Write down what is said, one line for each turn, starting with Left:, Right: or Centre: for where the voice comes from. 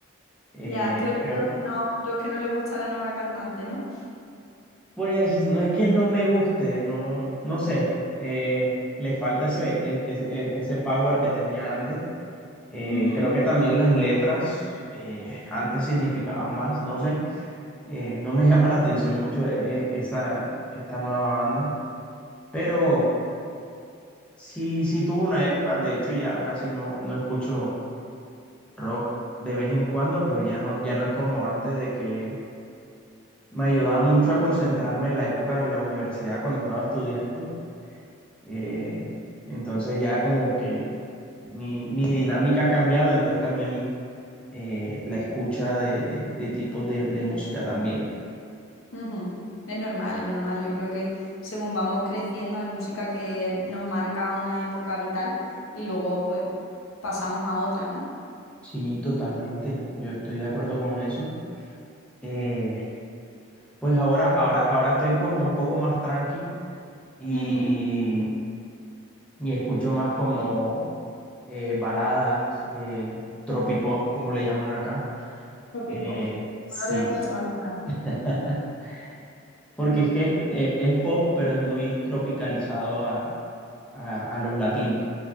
Centre: Eh,
Left: Ya, tú eres
Centre: creo,
Left: de los que no, los que no le gusta la nueva cantante, ¿no?
Centre: Pues no es que no me guste, no, no sé, eh, le falta ese, e- e- e- ese power que tenía antes. Eh,
Left: Ujú,
Centre: creo que también las letras eh, antes significaban más, no sé, Eh, no me <laughs> llama la atención mucho eh, eh, esa, esta nueva banda, pero sí, sí tuvo una época, de hecho ya casi no, no escucho rock de vez en cuando, pero ya no, ya no es como antes de que me ayudaba mucho a concentrarme en la época de la universidad cuando estaba estudiando Eh, entonces ya como que mi, mi dinámica ha cambiado, entonces también eh, la escucha de, de, de tipos de, de música también.
Left: ujú. Es normal, es normal. Yo creo que según vamos creciendo hay música que nos marca una época vital y luego pues pasamos a otra, ¿no?
Centre: Sí, totalmente, yo estoy de acuerdo con eso. Eh, pues ahora, ahora, ahora estoy como un poco más tranqui y,
Left: Ujú.
Centre: y escucho más como eh, baladas, eh, tropipop, como le llaman acá.
Left: Los
Centre: Eh,
Left: P-pop.
Centre: sí.
Left: No Lo había escuchado nunca.
Centre: <laughs> Porque es que es, eh, es pop, pero es muy tropicalizado a, a, a los latinos.